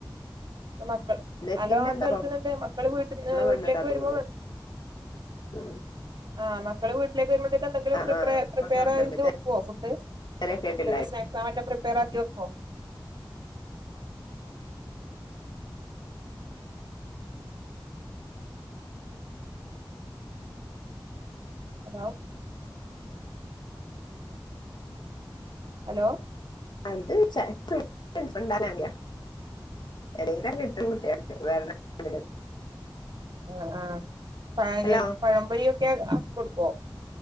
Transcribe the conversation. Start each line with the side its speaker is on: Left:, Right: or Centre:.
Right: മക്കൾ
Left: നെറ്റിന്റെ
Right: ഹലോ ആഹ്
Left: എന്താ
Right: കേൾക്കുന്നുണ്ട്
Left: പ്രോബ്ലം
Right: മക്കള് വീട്ട് വീട്ടിലേക്ക്
Left: വന്നതാ തോന്നുന്നു
Right: വരുമ്പോ
Left: ഉം
Right: ആഹ് മക്കള് വീട്ടിലേക്ക് വരുമ്പോളത്തേക്ക് എന്തെങ്കിലും
Left: ആ
Right: പ്രിപ്
Left: ആ ഇപ്പൊ
Right: പ്രിപയറയ്ത്
Left: കേൾക്കുന്നുണ്ട്
Right: വെക്കുവോ ഫുഡ്
Left: ഇതുവരെ കേട്ടില്ലായിരുന്നു
Right: എന്തെങ്കിലും സ്നാക്ക്സൊ, മറ്റോ പ്രിപ്പയർ ആക്കി വെക്കോ. ഹലോ ഹലോ
Left: അത് ചെലപ്പോ <unintelligible> ഉണ്ടാനാ <unintelligible> എടയിലൊക്കെ കിട്ടും കുട്ട്യാക്ക് വേറെ <unintelligible>
Right: ആഹ്, ആഹ് പഴ
Left: ഹലോ
Right: പഴം പൊരിയൊക്കെ കൊടുക്കുവോ?